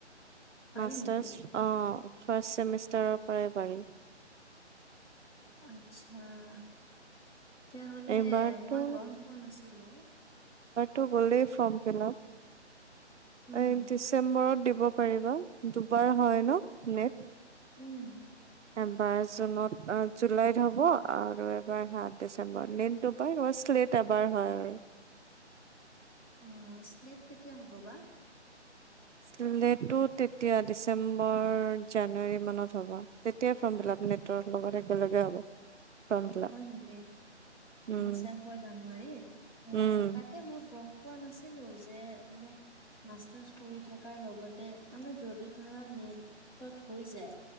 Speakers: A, on the left; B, on the right.
A: পাৰি
B: মাষ্টাৰ
A: নেকি?
B: অহ ফাৰ্ষ্ট ছেমিষ্টাৰৰ পৰাই পাৰি
A: আচ্ছা তেতিয়াহ'লে
B: এইবাৰতো
A: মই গম পোৱা নাছিলো
B: টো গলেই ফৰ্ম ফিলাপ
A: উম,
B: এই ডিচেম্বৰত দিব- পাৰিবা। দুবাৰ হয় ন নেট?
A: উম
B: এবাৰ জুনত জুলাইত হ'ব আৰু এবাৰ সাত ডিচেম্বৰত নিনটোবাৰাৰ শ্লেট এবাৰ হয় আৰু
A: অ স্লেট কেতিয়া হ'ব বা?
B: শ্লেট টো তেতিয়া ডিচেম্বৰ জানুৱাৰী মানত হ'ব তেতিয়া ফৰ্ম ফিল আপ নেটৰ লগত একেলগে হ'ব। ফৰ্ম ফিল
A: হয়
B: আপ
A: নেকি
B: উম
A: ডিচেম্বৰ জানুৱাৰীত অ
B: উম
A: তাকে মই গম পোৱা নাছিলো যে মানে মাষ্টাৰ্চ কৰি থকাৰ লগতে মানে যদি ধৰা নেটত হৈ যায়।